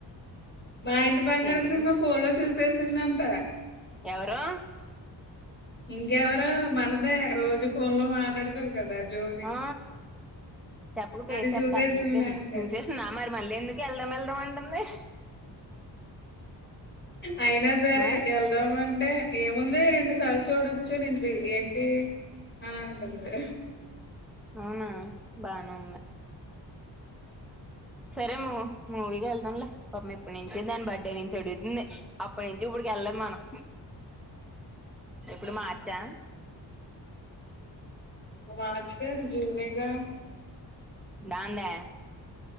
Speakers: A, on the left (about 25°); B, in the centre.
A: మా ఇంటి బంగారం
B: ఏంటి
A: సినిమా ఫోన్ లో చూసేసిందంట
B: ఎవరు
A: ఇంకెవరు మనదే రోజు ఫోన్ లో మాట్లాడుతది కదా జ్యోతి
B: ఆ చెప్పకు పేరు
A: అది
B: చెప్పకు
A: చూసేసిందంట
B: అర్థమయిపోయింది చూసేసిన మరి మళ్ళీ ఎందుకు వెళ్దాం వెళ్దాం అంటుంది <inaudible>
A: అయినా సరే
B: ఆ
A: ఎల్దామని అంటే ఏముంది రెండు సార్లు చూడొచ్చు నేను ఏంటి అ ఉంటుంది
B: అవున బానే ఉంది సరే మూ మూవీకి వెళ్దాంలే పాప ఎప్పుడ్నించి దాని బర్త్ అడే నుంచి అడుగుతుంది అప్పటి నుంచి ఇప్పుడికి వెళ్ళదు మనం ఎప్పుడు మార్చా
A: మార్చ్ కాదు జునేగా
B: దాందె